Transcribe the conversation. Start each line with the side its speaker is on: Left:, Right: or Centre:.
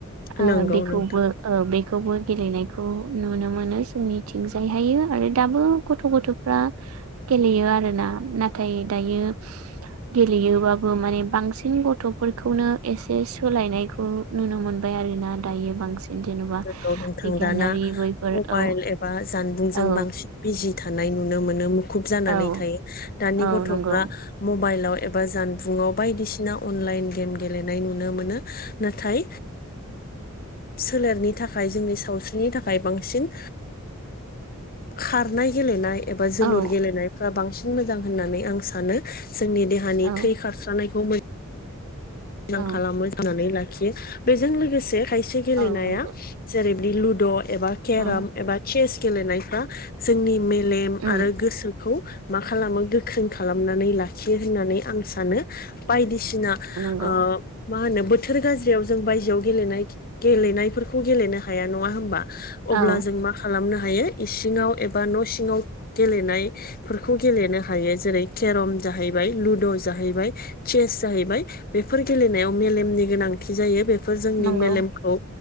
Right: ओ
Left: नंगौ
Right: बेखौबो
Left: नोंथां
Right: ओ बे खौबो गेलेनायखौ नुनो मोनो जोंनिथिं जायहायो आरो दाबो गथ' गथ'फ्रा गेलेयो आरोना नाथाय दायो गेलेयोबाबो माने बांसिन गथ'फोरखौनो एसे सोलायनायखौ नुनो मोनबाय आरोना दायो बांसिन। जेन'बा
Left: जोंखौ नोंथां
Right: बिगियानारि
Left: दाना
Right: बैफोर
Left: मबाइल
Right: औ
Left: एबा जानबुंजों
Right: औ
Left: बांसिन बिजि। नुनो मोन मुखुब जानानै
Right: औ
Left: थायो दानि
Right: औ
Left: गथ'फ्रा
Right: नंगौ
Left: मबाइलाव। जानबुंआव बायदिसिना अनलाइन गेम गेलेनाय नुनो मोनो नाथाय।
Right: <inaudible>
Left: सोलेरनि थाखाय जोंनि सावस्रिनि थाखाय बांसिन। खारनाय गेलेनाय एबा जोलुर
Right: औ
Left: गेलेनायफ्रा बांसिन मोजां होननानै आं सानो। जोंनि देहानि
Right: औ
Left: थै खारस्रानायखौ मोजां। मोजां
Right: औ
Left: खालामो जनानै लाखियो बेजों लोगोसे खायसे गेलेनाया
Right: औ नंगौ
Left: जेरै लुड एबा केराम
Right: औ
Left: एबा सेस गेलेनायफ्रा जोंनि मे लेम
Right: उम
Left: आरो गोसोखौ मा खालामो गोख्रों खालामनानै लाखियो होननानै आं सानो बायदिसिना
Right: औ
Left: ओ मा होनो बोथोर गाज्रियाव जों बायजोआव गेलेनाय गेलेनायफोरखौ गेलेनो हाया नङा होमबा।
Right: औ
Left: अब्ला जों मा खालामनो हायो इसिङाव एबा न' सिङाव गेलेनायफोरखौ गेलेनो हायो जेरै केरम जाहैबाय लुड जाहैबाय चेस जाहैबाय बेफोर गेलेनायाव मेलेमनि गोनांथि जायो बेफोर जोंनि
Right: नंगौ
Left: मेलेमखौ